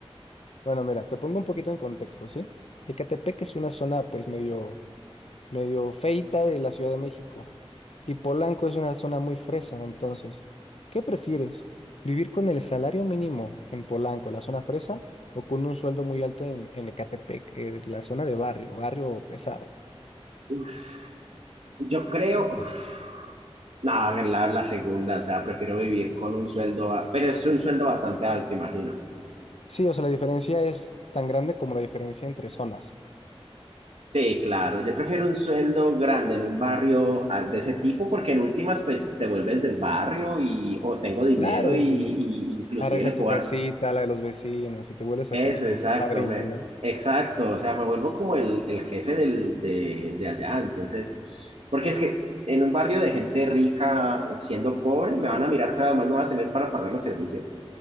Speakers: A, on the left; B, on the right.
A: Bueno, mira, te pongo un poquito en contexto, ¿sí? Ecatepec es una zona pues medio medio feita de la Ciudad de México. Y Polanco es una zona muy fresa, entonces, ¿qué prefieres? ¿Vivir con el salario mínimo en Polanco, la zona fresa, o con un sueldo muy alto en, en Ecatepec, eh, la zona de barrio, barrio pesado?
B: uf, yo creo, uf, no, la, la segunda, o sea, prefiero vivir con un sueldo, a- pero es un sueldo bastante alto, imagino.
A: Sí, o sea, la diferencia es tan grande como la diferencia entre zonas.
B: Sí, claro, yo prefiero un sueldo grande en un barrio ah, de ese tipo, porque en últimas, pues te vuelves del barrio y o tengo dinero
A: Claro,
B: y,
A: y
B: y inclusive
A: arreglas
B: le puedo
A: tu casita,
B: dar
A: la de los vecinos, y te vuelves
B: Eso,
A: acá como
B: exacto,
A: un padrino,
B: me,
A: ¿no?
B: exacto, o sea, me vuelvo como el, el jefe del, de, de allá, entonces, porque es que en un barrio de gente rica, siendo pobre, me van a mirar feo, además no va a tener para pagar los servicios.